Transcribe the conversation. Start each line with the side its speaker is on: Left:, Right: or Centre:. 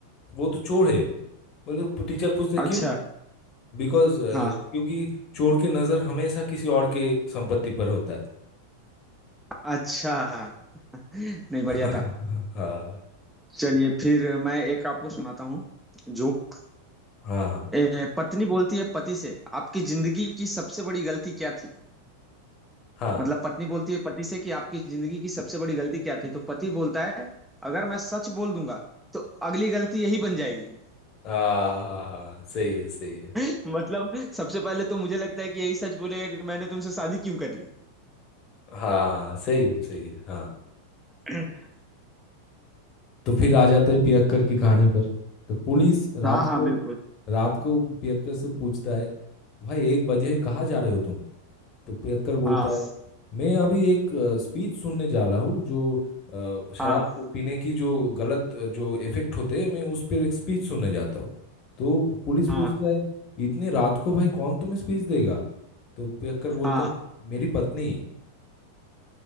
Left: वो तो चोर है बोलते टीचर पूछते क्यों
Centre: अच्छा
Left: बिकॉज क्योंकि
Centre: हाँ
Left: चोर की नजर हमेशा किसी और के संपत्ति पर होता है
Centre: अच्छा <laughs> नहीं बढ़िया
Left: <laughs>
Centre: था
Left: हाँ हाँ
Centre: चलिए फिर मैं एक आपको सुनाता हूँ जोक
Left: हाँ
Centre: ए, पत्नी बोलती है पति से आपकी जिंदगी की सबसे बड़ी गलती क्या थी
Left: हाँ
Centre: मतलब पत्नी बोलती है पति से कि आपकी जिंदगी की सबसे बड़ी गलती क्या थी तो पति बोलता है अगर मैं सच बोल दूंगा तो अगली गलती यही बन जाएगी
Left: हाँ हाँ हाँ, सही है सही है
Centre: <laughs> मतलब सबसे पहले तो मुझे लगता है कि यही सच बोलेगा कि मैंने तुमसे शादी क्यों कर ली
Left: हाँ हाँ सही सही है हाँ
Centre: <laughs>
Left: तो फिर आ जाते हैं पियक्कर की कहानी पर तो पुलिस रात
Centre: हाँ हाँ
Left: को
Centre: बिल्कुल
Left: रात को पियक्कर से पूछता है भाई एक बजे कहाँ जा रहे हो तुम तो पियक्कर बोलता
Centre: हाँ
Left: है मैं अभी एक स्पीच सुनने जा रहा हूँ जो अ, शराब
Centre: हाँ
Left: पीने की जो गलत अ, जो इफेक्ट होते हैं मैं उस पर एक स्पीच सुनने जाता हूँ तो पुलिस
Centre: हाँ
Left: पूछता है इतने रात को भाई कौन तुम्हें स्पीच देगा तो पियक्कर बोलता
Centre: हाँ
Left: है मेरी पत्नी